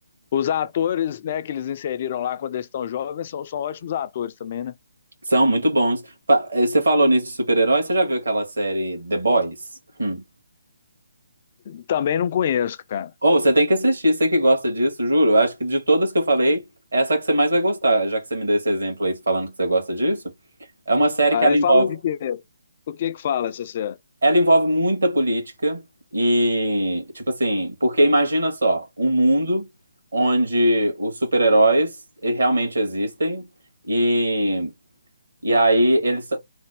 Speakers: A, on the left (about 35°); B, on the right (about 60°).
A: os atores né, que eles inseriram lá quando eles estão jovens são, são ótimos atores também, né?
B: São muito bons. Fa- eh, Você falou nisso de super-herói, você já viu aquela série The Boys? Hum.
A: Também não conheço, cara.
B: Ou você tem que assistir, você que gosta disso, juro. Acho que de todas que eu falei, essa é a que você mais vai gostar, já que você me deu esse exemplo aí falando que você gosta disso. É uma série
A: Aí
B: que ela envolve,
A: fala de quê? O que que fala, Cessé?
B: ela envolve muita política e, tipo assim, porque imagina só, um mundo onde os super-heróis eh, realmente existem e, e aí eles,